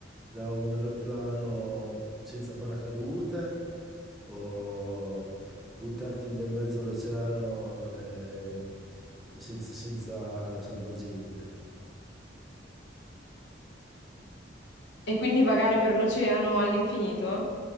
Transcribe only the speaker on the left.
E quindi vagare per l'oceano all'infinito?